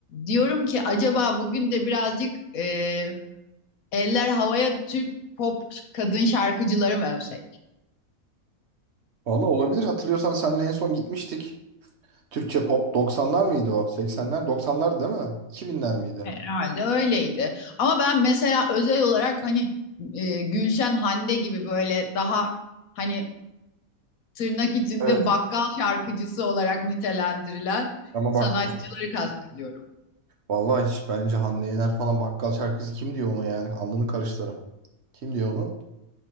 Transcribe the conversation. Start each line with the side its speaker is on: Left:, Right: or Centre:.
Left: diyorum ki acaba bugün de birazcık e, eller havaya Türk pop kadın şarkıcıları mı övsek?
Right: Valla olabilir. Hatırlıyorsan seninle en son gitmiştik. Türkçe pop doksanlar mıydı o? seksenler 90'lar değil mi? iki binler miydi?
Left: Herhalde öyleydi. Ama ben mesela özel olarak hani e, Gülşen Hande gibi böyle daha hani tırnak içinde
Right: Evet.
Left: bakkal şarkıcısı olarak nitelendirilen
Right: Ama
Left: sanatçıları
Right: bak
Left: kastediyorum.
Right: Vallahi hiç bence Hande Yener falan bakkal şarkısı kim diyor onu yani? Alnını karıştırırım. Kim diyor onu?